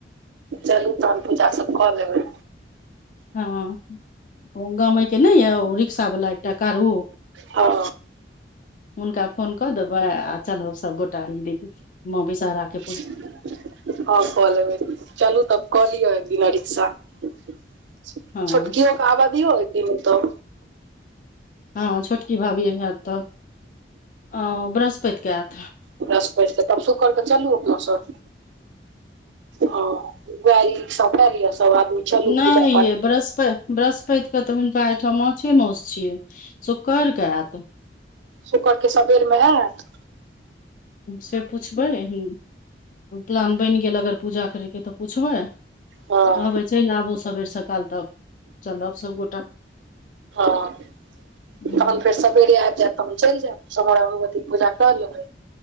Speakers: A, on the right; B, on the left.
A: चलू तहन पूजा सब कऽ लेबै
B: हँ ओ गामे के नहि यऽ रिक्शा वाला एकटा कारू
A: हँ
B: हुनका फोन कऽ देबै आ चलब सबगोटा <unintelligible> माँ विषहरा के
A: हँ कऽ लेबै चलू तब कऽ लिअ एक दिना रिक्शा छोटकिओ
B: हँ
A: के आबादियौ एकदिन तऽ
B: हँ छोटकी भाभी होयत तऽ अ बृहस्पति के आयत
A: बृहस्पति के तब सुक्कर के चलू अपना सब हँ गाड़ी रिक्शा कए लियअ सब आदमी चलू
B: नहि
A: पूजा
B: ये
A: पाठ
B: बृहस्पति बृहस्पति के तऽ हुनका अईठाम माछे मास छियै सुक्कर के आयत
A: शुक्र के सबेर मे आयत
B: से पुछबै ह प्लान बनि गेल अगर पूजा करयके तऽ पुछबै
A: हँ
B: कहबै चलि आबू सबेर सकाल तब चलब सभगोटा
A: <unintelligible> तहन
B: हँ
A: फेर सबेरे आइब जायत तहन चइल जायब <unintelligible> भगवती के पूजा कऽ लेब